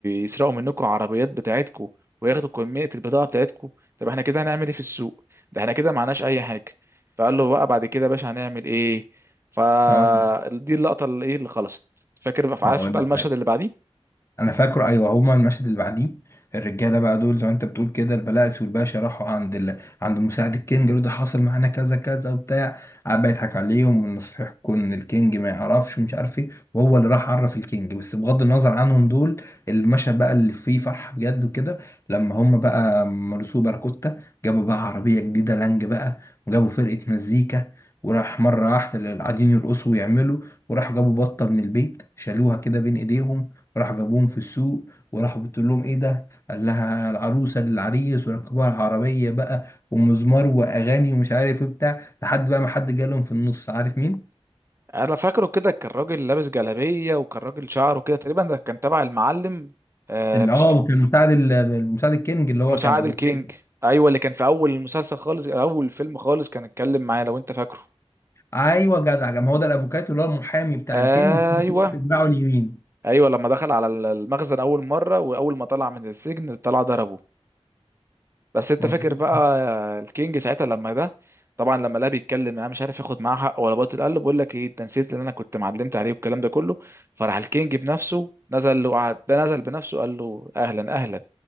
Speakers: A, on the right; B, on the left.
A: يسرقوا منكم عربيات بتاعتكم وياخدوا كمية البضاعة بتاعتكم طب احنا كده هنعمل ايه في السوق ده احنا كده معناش اي حاجة فقال له بقى بعد كده يا باشا هنعمل ايه فدي
B: اقول
A: اللقطة اللي ايه اللي خلصت فاكر بقى عارف
B: أقول
A: بقى
B: لك
A: المشهد اللي بعديه
B: انا فاكره ايوه هما المشهد اللي بعديه الرجاله بقى دول زي ما انت بتقول كده البلاتس والباشا راحوا عند ال... عند مساعد الكينج يقولوا ده حاصل معانا كذا كذا وبتاع قعد بقى يضحك عليهم ونصيحكم ان الكينج ما يعرفش ومش عارف ايه وهو اللي راح عرف الكينج بس بغض النظر عنهم دول المشهد بقى اللي فيه فرحه بجد وكده لما هما بقى مرسو باراكوتا جابوا بقى عربيه جديده لانج بقى وجابوا فرقه مزيكا وراح مره واحده اللي قاعدين يرقصوا ويعملوا وراحوا جابوا بطه من البيت شالوها كده بين ايديهم راح جابوهم في السوق وراح بتقول لهم ايه ده قال لها العروسه للعريس وركبوها العربيه بقى ومزمار واغاني ومش عارف ايه بتاع لحد بقى ما حد جالهم في النص عارف مين
A: انا فاكره كده كان راجل لابس جلابيه وكان راجل شعره كده تقريبا ده كان تبع المعلم آه
B: اللي
A: مش
B: اه
A: في...
B: اه كان مساعد ال- المساعد الكينج اللي هو
A: مساعد
B: كان افوكاتو
A: الكينج ايوه اللي كان في اول المسلسل خالص اول فيلم خالص كان اتكلم معايا لو انت فاكره
B: ايوه جدع ما هو ده الافوكاتو اللي هو المحامي بتاع
A: ايوه
B: الكينج وفي نفس الوقت بتاعه اليمين
A: ايوه لما دخل على المخزن اول مره واول ما طلع من السجن طلع ضربه بس انت
B: مظبوط
A: فاكر بقى الكينج ساعتها لما ده طبعا لما لا بيتكلم انا مش عارف ياخد معاه حق ولا باطل قال له بقول لك ايه انت نسيت اللي انا كنت معلمت عليه والكلام ده كله فراح الكينج بنفسه نزل له قعد نزل بنفسه قال له اهلا اهلا